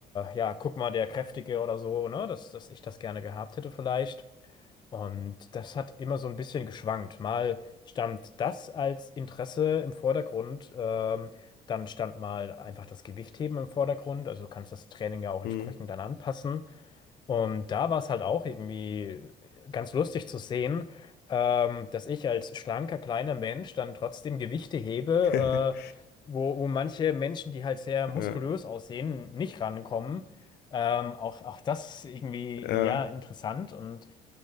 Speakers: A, on the left; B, on the left.
A: ja, guck mal, der Kräftige oder so, ne, dass, dass ich das gerne gehabt hätte vielleicht. Und das hat immer so ein bisschen geschwankt. Mal stand das als Interesse im Vordergrund, ähm, dann stand mal einfach das Gewichtheben im Vordergrund. Also du kannst das Training ja auch
B: Mhm.
A: entsprechend dann anpassen. Und da war es halt auch irgendwie ganz lustig zu sehen, ähm, dass ich als schlanker, kleiner Mensch dann trotzdem Gewichte hebe,
B: <laughs>
A: äh, wo, wo manche Menschen, die halt sehr muskulös
B: ja.
A: aussehen, nicht rankommen. Ähm, auch, auch das irgendwie,
B: Ja.
A: ja, interessant und